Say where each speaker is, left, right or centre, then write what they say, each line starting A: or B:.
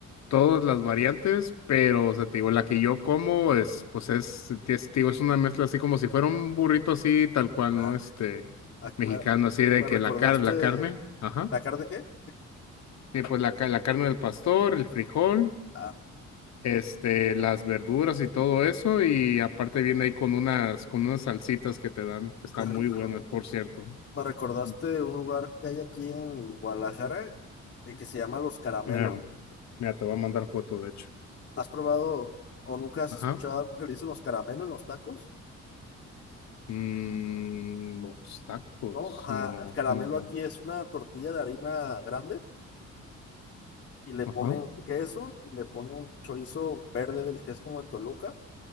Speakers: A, on the left (about 65°); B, on the left (about 40°).
A: todas las variantes, pero, o sea, te digo, la que yo como es, pues es, es, te digo, es una mezcla así como si fuera un burrito así, tal cual,
B: Arre.
A: ¿no? Este,
B: Aquí
A: mexicano,
B: me,
A: así de
B: me
A: que
B: recordaste...
A: la car- la carne, ajá,
B: ¿La carne qué?
A: y pues la, ca- la carne del pastor, el frijol,
B: Ah,
A: este, las verduras y todo eso, y aparte viene ahí con unas, con unas salsitas que te dan, que están
B: qué rico.
A: muy buenas, por cierto.
B: Me recordaste
A: Mm.
B: un lugar que hay aquí en Guadalajara eh, que se llama Los Caramelos.
A: Ah. Mira, te voy a mandar foto, de hecho.
B: ¿Has probado o nunca has
A: Ajá.
B: escuchado que le dicen los caramelos en los tacos?
A: Mm, los tacos,
B: ¿No? Ajá,
A: no,
B: el caramelo
A: no.
B: aquí es una tortilla de harina grande y le
A: Ajá.
B: ponen queso, y le ponen chorizo verde del que es como de Toluca